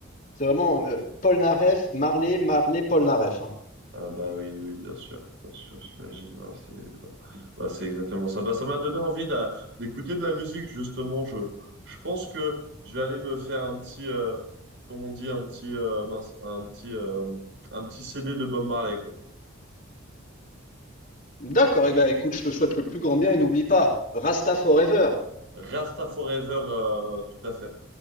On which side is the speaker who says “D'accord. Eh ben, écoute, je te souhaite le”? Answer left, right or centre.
Left